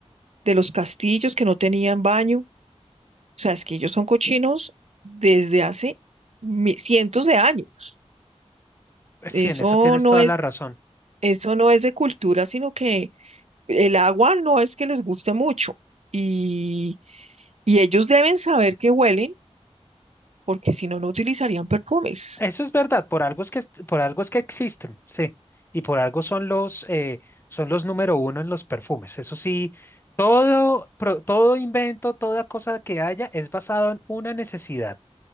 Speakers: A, on the right (about 70°); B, on the left (about 20°).
A: de los castillos que no tenían baño, o sea, es que ellos son cochinos desde hace mi- cientos de años.
B: Sí,
A: Eso
B: en eso tienes
A: no
B: toda
A: es,
B: la razón.
A: eso no es de cultura, sino que el agua no es que les guste mucho. Y, y ellos deben saber que huelen porque si no, no utilizarían perfumes.
B: Eso es verdad, por algo es que, est- por algo es que existen, sí, y por algo son los, eh, son los número uno en los perfumes. Eso sí, todo, pro- todo invento, toda cosa que haya es basado en una necesidad.